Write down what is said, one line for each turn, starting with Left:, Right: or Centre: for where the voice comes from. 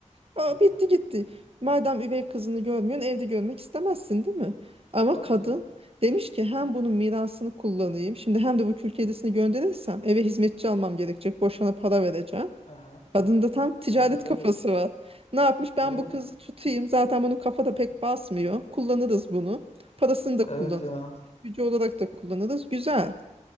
Right: Aa,
Left: aha.
Right: bitti gitti. Madem üvey kızını görmüyorsun, evde görmek istemezsin, değil mi? Ama
Left: Tabii
Right: kadın
Left: canım.
Right: demiş ki hem bunun mirasını kullanayım, şimdi hem de bu kül kedisini gönderirsem eve hizmetçi almam gerekecek, boşuna para vereceğim.
Left: Aha.
Right: Kadın da tam ticaret
Left: Evet
Right: kafası
Left: evet.
Right: var. Ne yapmış? Ben
Left: Evet.
Right: bu kızı tutayım. Zaten bunun kafa da pek basmıyor. Kullanırız bunu. Parasını da
Left: Evet
Right: kullanırız.
Left: ya.
Right: Gücü olarak da kullanırız. Güzel.